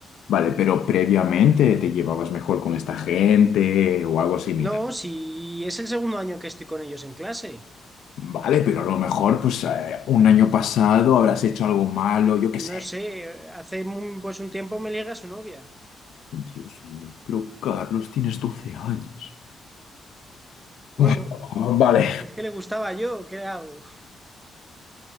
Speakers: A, on the left (about 70°); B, on the right (about 15°).
A: vale, pero previamente te llevabas mejor con esta gente o algo similar.
B: No, si es el segundo año que estoy con ellos en clase.
A: Vale, pero a lo mejor, pues, eh, un año pasado habrás hecho algo malo, yo qué sé.
B: No sé, hace un- pues un tiempo me liga su novia.
A: Dios mío, pero Carlos, tienes 12 años.
B: Bueno,
A: Uf, vale,
B: es que le gustaba yo, ¿qué hago?